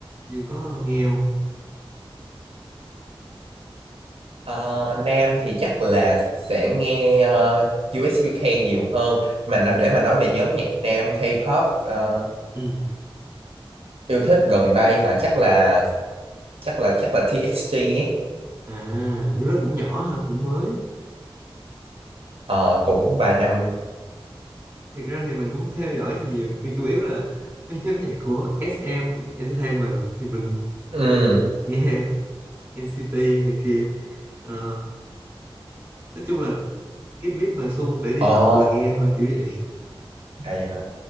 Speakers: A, on the right (about 25°); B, on the right (about 80°).
A: Dương có nghe không
B: Ờ, Nam thì chắc là sẽ nghe ờ, US UK nhiều hơn mà nó, để mà nói về nhóm nhạc Nam K-pop ờ,
A: ừ
B: yêu thích gần đây hả chắc là chắc là chắc là TXT ấy
A: À, nhưng nó cũng nhỏ ha, cũng mới.
B: Ờ, cũng vài năm
A: Thiệt ra thì mình cũng theo dõi nhiều, nhưng chủ yếu là mấy nhóm nhạc của SM Entertainment thì mình
B: ừ
A: ừm, nghe NCT này kia. Ờ, nói chung là cái beat mà sung để đi
B: ồ
A: tập là nghe thôi kiểu vậy.
B: à vậy hả